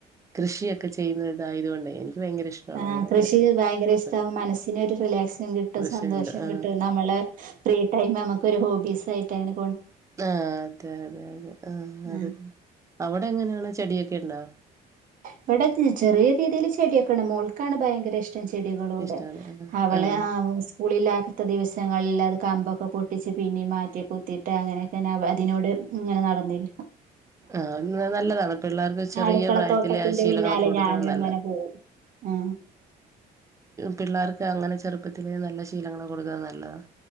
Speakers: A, on the right; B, on the right.
A: കൃഷിയൊക്കെ ചെയ്യുന്ന ഇതായതുകൊണ്ട് എനിക്ക് ഭയങ്കര ഇഷ്ടമാണ്
B: ആ
A: അങ്ങനെയൊക്കെ
B: കൃഷി ഭയങ്കര
A: ഉള്ളത്
B: ഇഷ്ടാവ മനസ്സിന് ഒരു റിലാക്സും കിട്ടും
A: വിഷയുണ്ട്
B: സന്തോഷം
A: ആഹ്
B: കിട്ടും നമ്മളെ ഫ്രീ ടൈം നമുക്കൊരു ഹോബീസ് ആയിട്ടാണ്
A: ആ അതെതെതെ ആ അതെ
B: ആഹ്
A: അവിടെ എങ്ങനെയാണ് ചെടിയൊക്കെ ഉണ്ടാ
B: ഇവിടെ ചെറിയ രീതിയിൽ ചെടിയൊക്കെയണ് മോൾക്കാണ് ഭയങ്കര ഭയങ്കര ഇഷ്ടം ചെടികളോട്
A: ഇഷ്ടാണ് ആഹ്
B: അവളെ
A: ആഹ്
B: സ്കൂളിലകാത്ത ദിവസങ്ങളിൽ കമ്പൊക്കെ പൊട്ടിച്ച് പിന്നെം മാറ്റി കുത്തീട്ട് അങ്ങനെയൊക്കെനാ അതിനോട് ഇങ്ങനെ നടന്നീട്ട്
A: ആ നല്ലതാണ് പിള്ളേർക്ക് ചെറിയ
B: അടുക്കളത്തോട്ടത്തിന്റെ
A: പ്രായത്തി ശീലങ്ങളൊക്കെ
B: പിന്നാലെ
A: കൊടുക്കുന്നത്
B: ഞാനും
A: നല്ല
B: അങ്ങനെ പോകും ആ
A: പിള്ളാർക്ക് അങ്ങനെ ചെറുപ്പത്തിലേ നല്ല ശീലങ്ങള് കൊടുക്കുന്ന നല്ലതാണ്